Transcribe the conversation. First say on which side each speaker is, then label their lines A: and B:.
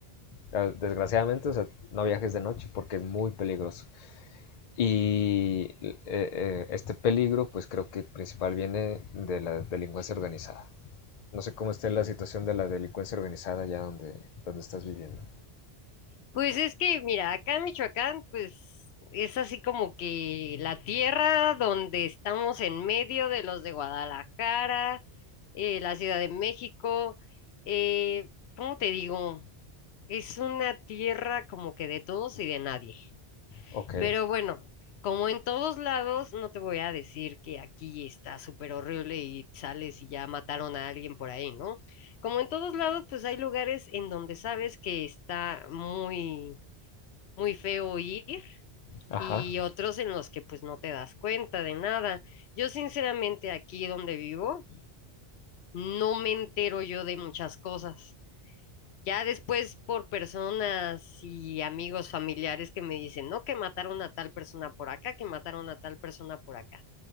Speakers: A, on the left (about 50°); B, on the left (about 80°).
A: Ah, Desgraciadamente, o sea, no viajes de noche porque es muy peligroso. Y eh, eh, este peligro, pues creo que principal viene de la delincuencia organizada. No sé cómo esté la situación de la delincuencia organizada allá donde, donde estás viviendo.
B: Pues es que, mira, acá en Michoacán, pues es así como que la tierra donde estamos en medio de los de Guadalajara, eh, la Ciudad de México, eh, ¿cómo te digo? Es una tierra como que de todos y de nadie.
A: Ok,
B: Pero bueno, como en todos lados, no te voy a decir que aquí está súper horrible y sales y ya mataron a alguien por ahí, ¿no? Como en todos lados, pues hay lugares en donde sabes que está muy muy feo ir
A: ajá.
B: y otros en los que pues no te das cuenta de nada. Yo sinceramente aquí donde vivo no me entero yo de muchas cosas. Ya después por personas y amigos familiares que me dicen, no, que mataron a tal persona por acá, que mataron a tal persona por acá.